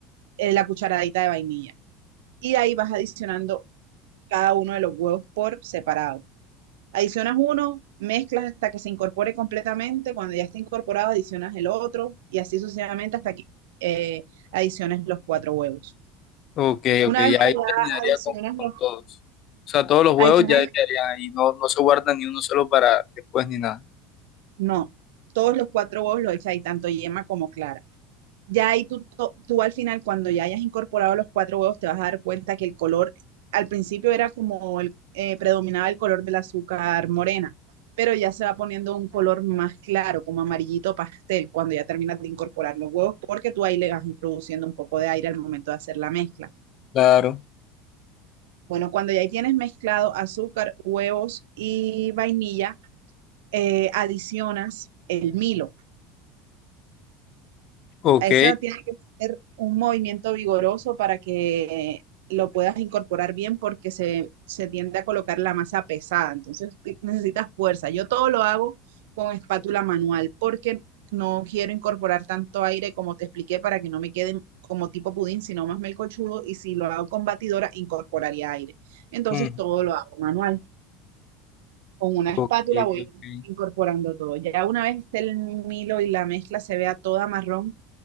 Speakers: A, on the right; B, on the left.
A: eh, la cucharadita de vainilla. Y ahí vas adicionando cada uno de los huevos por separado. Adicionas uno, mezclas hasta que se incorpore completamente. Cuando ya esté incorporado, adicionas el otro y así sucesivamente hasta que eh, adiciones los cuatro huevos.
B: Ok,
A: Una
B: ok,
A: vez
B: ya
A: que
B: ahí
A: ya
B: terminaría
A: adicionas
B: con,
A: los,
B: con todos. O sea, todos los huevos
A: adicionas,
B: ya quedarían ahí, no, no se guarda ni uno solo para después ni nada.
A: no, todos los cuatro huevos los echas ahí, tanto yema como clara. ya ahí tú, to- tú al final, cuando ya hayas incorporado los cuatro huevos, te vas a dar cuenta que el color, al principio era como el, eh, predominaba el color del azúcar morena, pero ya se va poniendo un color más claro, como amarillito pastel, cuando ya terminas de incorporar los huevos, porque tú ahí le vas introduciendo un poco de aire al momento de hacer la mezcla.
B: Claro.
A: Bueno, cuando ya ahí tienes mezclado azúcar, huevos y vainilla, eh, adicionas el Milo.
B: Ok.
A: Esa tiene que ser un movimiento vigoroso para que lo puedas incorporar bien porque se, se tiende a colocar la masa pesada, entonces te- necesitas fuerza. Yo todo lo hago con espátula manual porque no quiero incorporar tanto aire como te expliqué para que no me quede como tipo pudín, sino más melcochudo y si lo hago con batidora incorporaría aire. Entonces
B: mm,
A: todo lo hago manual. Con una
B: ok,
A: espátula voy
B: ok.
A: incorporando todo. Ya una vez esté el milo y la mezcla se vea toda marrón,